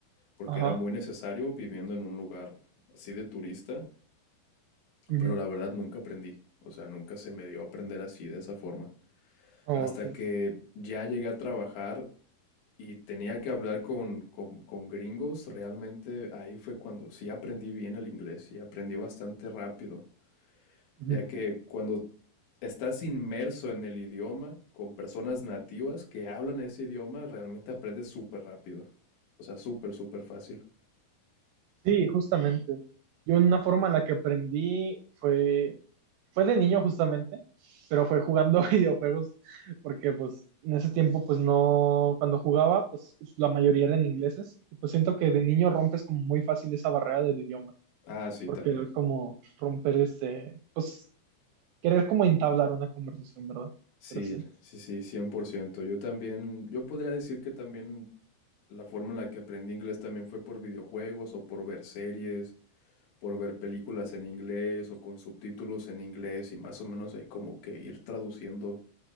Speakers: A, on the left; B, on the right.
A: porque
B: ajá.
A: era muy necesario viviendo en un lugar así de turista,
B: ujú,
A: pero la verdad nunca aprendí, o sea, nunca se me dio a aprender así de esa forma.
B: Ok.
A: Hasta que ya llegué a trabajar y tenía que hablar con, con, con gringos, realmente ahí fue cuando sí aprendí bien el inglés y aprendí bastante rápido.
B: ujú.
A: ya que cuando estás inmerso en el idioma con personas nativas que hablan ese idioma, realmente aprendes súper rápido. O sea, súper, súper fácil.
B: Sí, justamente. Yo una forma en la que aprendí fue fue de niño justamente, pero fue jugando <laughs> videojuegos porque pues en ese tiempo pues no, cuando jugaba pues la mayoría eran ingleses y pues siento que de niño rompes como muy fácil esa barrera del idioma,
A: Ah, sí,
B: porque
A: también.
B: era como romper este, pues querer como entablar una conversación, ¿verdad?
A: Sí,
B: Pero sí.
A: sí, sí, cien por ciento Yo también, yo podría decir que también la forma en la que aprendí inglés también fue por videojuegos o por ver series, por ver películas en inglés o con subtítulos en inglés y más o menos ahí como que ir traduciendo